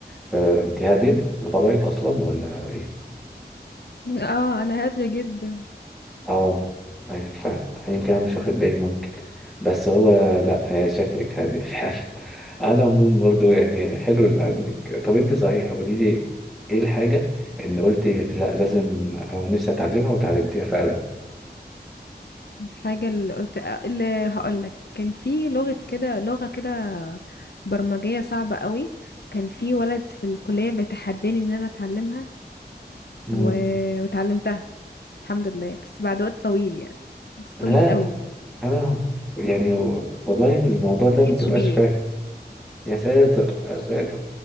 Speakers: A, in the centre; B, on the left.
A: فأنت هادية بطبعك أصلا ولا إيه؟
B: اه انا هادية جدا
A: اه اي فعلا يمكن انا مش واخد بالي ممكن بس هو لا هي شكلك هادي فعلا <laughs> على العموم برضو يعني حلو اللي عندك طب انت صحيح قولي لي ايه الحاجة ان قلتي لا لازم او نفسي اتعلمها وتعلمتيها فعلا
B: الحاجة اللي قلت آه، اللي هقولك كان في لغة كده لغة كده برمجية صعبة قوي كان في ولد في الكلية بيتحداني ان انا اتعلمها
A: مم.
B: و... وتعلمتها الحمد لله بس بعد وقت طويل يعني بس طويل
A: لا
B: قوي
A: لا انا يعني والله الموضوع ده
B: بي
A: متبقاش
B: اتش بي
A: فاهم يا ساتر يا ساتر